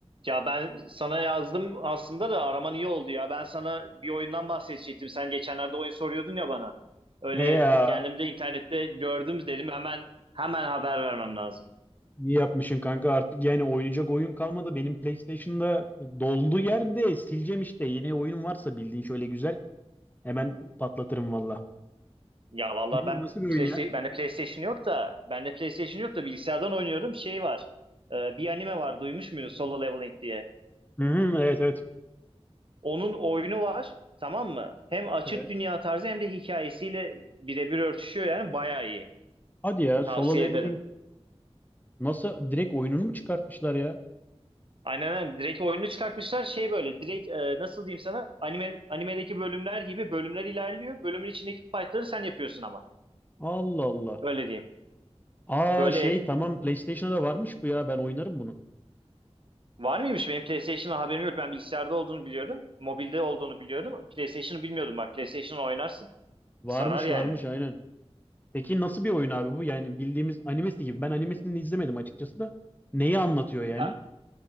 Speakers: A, on the right (about 50°); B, on the left (about 15°).
A: Ya ben sana yazdım aslında da araman iyi oldu ya. Ben sana bir oyundan bahsedecektim. Sen geçenlerde oyun soruyordun ya bana. Öyle
B: He ya
A: kendim de internette gördüm dedim hemen hemen haber vermem lazım.
B: iyi yapmışsın kanka artık yani oynayacak oyun kalmadı. Benim PlayStation'da doldu yerde sileceğim işte. Yeni oyun varsa bildiğin şöyle güzel hemen patlatırım valla.
A: Ya vallahi
B: Ne,
A: ben
B: nasıl bir oyun
A: PlayStation,
B: ya?
A: bende PlayStation yok da bende PlayStation yok da bilgisayardan oynuyorum. Şey var. e, bir anime var duymuş muydun? Solo Leveling diye.
B: Hı hı, evet evet.
A: Onun oyunu var. Tamam mı? Hem açık
B: Evet.
A: dünya tarzı hem de hikayesiyle birebir örtüşüyor yani bayağı iyi.
B: Hadi ya solo
A: Tavsiye
B: leveling
A: ederim.
B: nasıl direkt oyununu mu çıkartmışlar ya?
A: Aynen aynen. Direkt oyunu çıkartmışlar. Şey böyle direkt e, nasıl diyeyim sana anime, animedeki bölümler gibi bölümler ilerliyor. Bölümün içindeki fightları sen yapıyorsun ama.
B: Allah Allah.
A: Öyle diyeyim.
B: Aa
A: Böyle
B: şey tamam PlayStation'da da varmış bu ya ben oynarım bunu.
A: var mıymış? Benim PlayStation'da haberim yok. Ben bilgisayarda olduğunu biliyorum. Mobilde olduğunu biliyorum. PlayStation'ı bilmiyordum bak. PlayStation'ı oynarsın.
B: Varmış
A: Sarar yani.
B: varmış aynen. Peki nasıl bir oyun abi bu? Yani bildiğimiz animesi gibi. Ben animesini izlemedim açıkçası da. Neyi anlatıyor yani?
A: Ya,